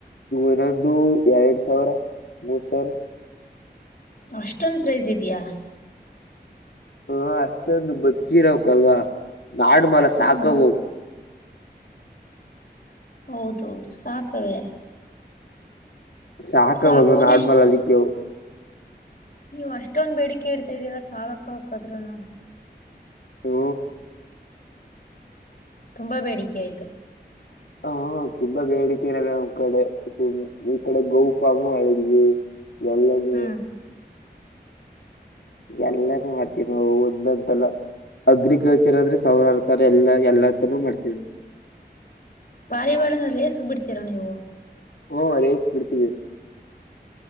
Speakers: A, on the left (about 80°); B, on the left (about 55°).
A: ಇನೊಂದು ಎರಡು ಸಾವಿರ ಮೂರು ಸಾವಿರ
B: ಅಷ್ಟೊಂದ ಪ್ರೈಜ ಇದ್ಯಾಾ
A: ಹಾ ಅಷ್ಟೊಂದು ಬತ್ಕೀರಕ್ಲ್ವಾ ನಾಡ್್ಮಾಲ
B: ಹ್ಮ್
A: ಸಾಕವವು
B: ಹೌದೌದು ಸಾಕವೇ
A: ಸಾಕ
B: ಸಾಕವನೇ
A: ಬ ನ ಆಡ್ಮಲ್ ಅಲ್ಲಿಕ್ಕೆವು
B: ನೀವು್ ಅಷ್ಟೊಂದ ಬೇಡಿಕೆ ಇಡ್ತಾ ಇದ್ದೀರಾ ಸಾಲಕ್ಕ ಹಕದ್ರುನು
A: ಹ್ಮ
B: ತುಂಬಾ ಬೇಡಿಕೆ ಆಯ್ತು
A: ಹ್ಮ ತುಂಬಾ ಬೇಡಿಕೆನಲ್ಲ ನ್ ಕಡೆ ಸು ಈ ಕಡೆ ಗೋ ಫಾರಾಮು ಆಳಿದ್ವಿ ನಲ್ಲದ
B: ಹ್ಮ್
A: ಎಲ್ಲಾನ ಮಾಡ್ತೀವಿ ನಾವು ಒಂದಂತಲ್ಲ ಅಗ್ರಿಕಲ್ಚರ್ ಅಂದ್ರೆ ಸೌರಾರತಾರ ಎಲ್ಲ ಎಲ್ಲ ತನೂ ಮಾಡ್ತೀವಿ ನಾವು
B: ಪಾರಿವಾಳನ ರೇಸಗ್ ಬಿಡ್ತೀರಾ ನೀವು
A: ಹ್ಮ ರೇಸ್ ಬಿಡ್ತೀವಿ